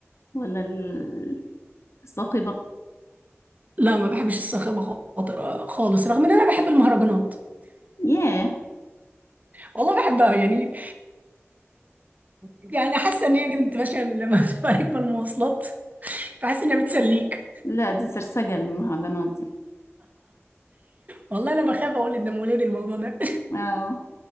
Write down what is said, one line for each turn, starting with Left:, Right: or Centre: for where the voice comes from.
Left: ولا ال- الصاخبه
Right: لا ما بحبش الصاخبة خاطر- خالص رغم ان انا بحب المهرجانات
Left: ياه
Right: والله بحبها يعني يعني حاسة ان هي كانت ماشية لما <laughs> تبقى راكبة المواصلات بحس انها بتسليك
Left: لا دي سرسجه المهرجانات دي
Right: والله انا بخاف اقول قدام ولادي الموضوع ده
Left: اه